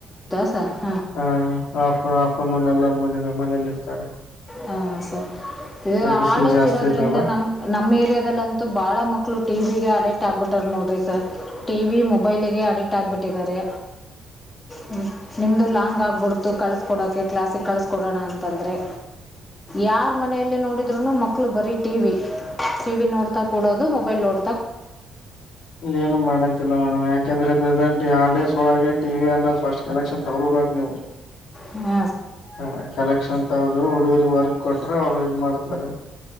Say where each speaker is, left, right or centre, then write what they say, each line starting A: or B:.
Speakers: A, on the left; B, on the left.
A: ತ
B: ಹಾ ಆಫ್ ಅಮೋನ್ ಎಲ್ಲರು ಮನೆಗ್ ಮನೇಲಿ ಇರ್ತಾರೆ
A: ಹ ಸ ಇದು
B: ಬಿಸಿಲು
A: ಆಲ್ಡೇಸ್
B: ಜಾಸ್ತಿ
A: ಇರೋದ್ರಿಂದ
B: ಇದೆಲ್ಲ
A: ನಮ ನಮ್ಮ್ ಏರಿಯಾದಲ್ಲಂತೂ ಬಾಳ ಮಕ್ಳು ಟಿ ವಿಗೆ ಅಡಿಕ್ಟ್ ಆಗ್ಬಿಟ್ ನೋಡ್ರಿ ಸರ್ ಟಿ ವಿ ಮೊಬೈಲ್ಗೆ ಅಡಿಕ್ಟ್ ಆಗ್ಬಿಟ್ಟಿದ್ದಾರೆ ಹ್ಮ್ ನಿಮ್ದ ಲಾಂಗ್ ಆಗ್ಬಿಡ್ ಕಳ್ಸ್ಕಡೋಕೆ ಕ್ಲಾಸಿಗೆ ಕಸ್ಕೊಡೋಣ ಅಂತ ತಂದರೆ ಯಾರ್ ಮನೆಯಲ್ಲಿ ನೋಡಿದ್ರುನು ಮಕ್ಳು ಬರೀ ಟಿವಿ ಟಿವಿ ನೋಡ್ತಾ ಕೂಡೋದು ಮೊಬೈಲ್ ನೋಡ್
B: ಏನು ಮಾಡಕೆ ಮೇಡಮ್ ಯಾಕಂದ್ರೆ ಪ್ರೆಸೆಂಟ್ ಈ ಹಾಲಿಡೇಸ್ ಒಳಗೆ ಟಿ ಅನ್ನ ಫಸ್ಟ್ ಕಲೆಕ್ಷನ್ ತಗಿಡ್ಬೇಕ್ ನೀವು
A: ಹ್ಮ
B: ಹ ಕಲೆಕ್ಷನ್ ತಗದು ಹುಡುಗ್ ವರ್ಕ್ ಕೊಟ್ರೆ ಅವ್ರ ಮಾಡ್ತಾರೆ